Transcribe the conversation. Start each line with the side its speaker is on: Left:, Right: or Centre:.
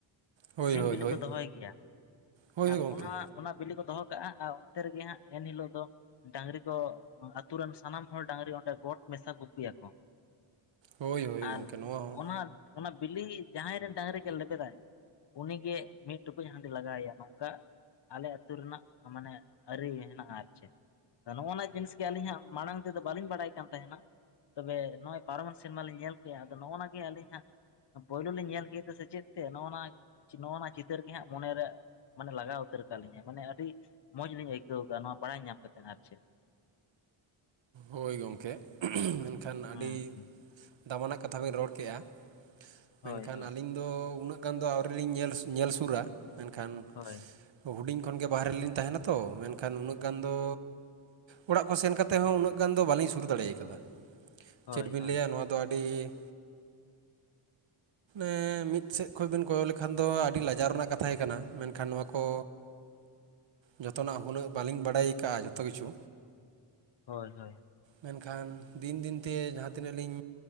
Right: ᱦᱳᱭ
Left: ᱥᱤᱢ
Right: ᱦᱳᱭ
Left: ᱵᱤᱞᱤ
Right: ᱦᱳᱭ
Left: ᱠᱚ ᱫᱚᱦᱚᱭ ᱜᱮᱭᱟ
Right: ᱦᱳᱭ
Left: ᱟᱨ
Right: ᱜᱚᱢᱠᱮ
Left: ᱚᱱᱟ ᱚᱱᱟ ᱵᱤᱞᱤ ᱠᱚ ᱫᱚ ᱦᱚ ᱠᱟᱜᱼᱟ ᱟᱨ ᱚᱱᱛᱮ ᱨᱮᱜᱮ ᱦᱟᱸᱜ ᱮᱱ ᱦᱤᱞᱳᱜ ᱫᱚ᱾ ᱰᱟᱹᱝᱨᱤ ᱠᱚ ᱟᱹᱛᱩ ᱨᱮᱱ ᱥᱟᱱᱟᱢ ᱦᱚᱲ ᱰᱟᱝᱨᱤ ᱚᱸᱰᱮ ᱜᱚᱴ ᱢᱮᱥᱟ ᱜᱩᱯᱤ ᱭᱟ ᱠᱚ
Right: ᱦᱳᱭ ᱦᱳᱭ
Left: ᱟᱨ
Right: ᱜᱚᱢᱠᱮ ᱱᱚᱣᱟ ᱦᱚᱸ
Left: ᱚᱱᱟ ᱚᱱᱟ ᱵᱤᱞᱤ ᱡᱟᱦᱟᱸᱭ ᱨᱮᱱ ᱰᱟᱺᱝᱨᱤ ᱜᱮ ᱞᱮᱵᱮ ᱫᱟ ᱩᱱᱤ ᱜᱮ ᱢᱤᱫ ᱴᱩᱠᱩᱡ ᱦᱟᱹᱰᱤ ᱞᱟᱜᱟᱣ ᱟᱭᱟ ᱱᱚᱝᱠᱟ ᱟᱞᱮ ᱟᱹᱛᱩ ᱟᱹᱛᱩ ᱨᱮᱱᱟᱜ ᱢᱟᱱᱮ ᱟᱹᱨᱤ ᱦᱮᱱᱟᱜᱼᱟ ᱟᱨ ᱪᱮᱫ ᱱᱚᱜᱼᱚ ᱱᱚᱣᱟ ᱡᱤᱱᱤᱥ ᱜᱮ ᱟᱹᱞᱤᱧ ᱦᱟᱸᱜ ᱢᱟᱲᱟᱝ ᱛᱮᱫᱚ ᱵᱟᱹᱞᱤᱧ ᱵᱟᱲᱟᱭ ᱠᱟᱱ ᱛᱟᱦᱮ ᱱᱟ᱾ ᱛᱚ ᱵᱮ ᱱᱚᱜᱼᱚᱭ ᱯᱟᱨᱚᱢ ᱮᱱ ᱥᱮᱨᱢᱟ ᱞᱤᱧ ᱧᱮᱞ ᱠᱮᱜᱼᱟ ᱟᱫᱚ ᱱᱚᱜᱼᱚᱱᱟ ᱜᱮ ᱟᱹᱞᱤᱧ ᱦᱟᱸᱜ ᱯᱳᱭᱞᱳ ᱞᱤᱧ ᱧᱮᱞ ᱠᱮᱫᱟ ᱥᱮ ᱪᱮᱫ ᱛᱮ ᱱᱚᱜᱼ ᱱᱚᱜ ᱱᱚᱣᱟ ᱪᱤᱛᱟᱹᱨ ᱜᱮ ᱦᱟᱸᱜ ᱢᱚᱱᱮ ᱨᱮ ᱢᱟᱱᱮ ᱞᱟᱜᱟᱣ ᱩᱛᱟᱹᱨ ᱠᱟᱫ ᱞᱤᱧᱟᱹ ᱢᱟᱱᱮ ᱟᱹᱰᱤ ᱢᱚᱡᱽ ᱞᱤᱧ ᱟᱹᱭᱠᱟᱹᱣ ᱠᱟ ᱱᱚᱣᱟ ᱵᱟᱲᱟᱭ ᱧᱟᱢ ᱠᱟᱛᱮ ᱟᱨ ᱪᱮᱫ
Right: ᱦᱳᱭ ᱜᱚᱝᱠᱮ ᱢᱮᱱ ᱠᱷᱟᱱ ᱟᱹᱰᱤ
Left: ᱦᱩᱸ ᱦᱩᱸ
Right: ᱫᱟᱢᱟᱱᱟᱜ ᱠᱟᱛᱷᱟ ᱵᱮᱱ ᱨᱚᱲ ᱠᱮᱜᱼᱟ ᱢᱮᱱ
Left: ᱦᱳᱭ
Right: ᱠᱷᱟᱱ
Left: ᱦᱳᱭ
Right: ᱟᱹᱞᱤᱧ ᱫᱚ ᱩᱱᱟᱹᱜ ᱜᱟᱱ ᱫᱚ ᱟᱹᱣᱨᱤ ᱞᱤᱧ ᱧᱮᱞ ᱧᱮᱞ ᱥᱩᱨᱟ ᱢᱮᱱ ᱠᱷᱟᱱ
Left: ᱦᱳᱭ
Right: ᱦᱩᱰᱤᱧ ᱠᱷᱚᱱ ᱜᱮ ᱵᱟᱦᱨᱮ ᱨᱮ ᱞᱤᱧ ᱛᱟᱦᱮᱱᱟ ᱛᱚ ᱢᱮᱱ ᱠᱷᱟᱱ ᱩᱱᱟᱹᱜ ᱜᱟᱱ ᱫᱚ ᱚᱲᱟᱜ ᱠᱚ ᱥᱮᱱ ᱠᱟᱛᱮ ᱛᱮᱦᱚᱸ ᱩᱱᱟᱹᱜ ᱜᱟᱱ ᱫᱚ ᱵᱟᱞᱤᱧ ᱥᱩᱨ ᱫᱟᱲᱮ ᱟᱠᱟᱫᱟ
Left: ᱦᱳᱭ
Right: ᱪᱮᱫ ᱵᱤᱱ
Left: ᱦᱳᱭ
Right: ᱞᱟᱹᱭᱟ ᱱᱚᱣᱟ ᱫᱚ ᱟᱹᱰᱤ ᱮᱸ ᱢᱤᱫ ᱥᱮᱫ ᱠᱷᱚᱱ ᱵᱤᱱ ᱠᱚᱭᱚᱜ ᱞᱮᱠᱷᱟᱱ ᱫᱚ ᱟᱹᱰᱤ ᱞᱟᱡᱟᱣ ᱨᱮᱱᱟᱜ ᱠᱟᱛᱷᱟ ᱜᱮ ᱠᱟᱱᱟ ᱢᱮᱱᱠᱷᱟᱱ ᱱᱚᱣᱟ ᱠᱚ ᱡᱷᱚᱛᱚᱱᱟᱜ ᱦᱩᱱᱟᱹᱜ ᱵᱟᱹᱞᱤᱧ ᱵᱟᱰᱟᱭ ᱠᱟᱜᱼᱟ ᱡᱷᱚᱛᱚ ᱠᱤᱪᱷᱩ
Left: ᱦᱳᱭ ᱦᱳᱭ
Right: ᱢᱮᱱᱠᱷᱟᱱ ᱫᱤᱱ ᱫᱤᱱᱛᱮ ᱡᱟᱦᱟᱸ ᱛᱤᱱᱟᱹᱜ ᱞᱤᱧ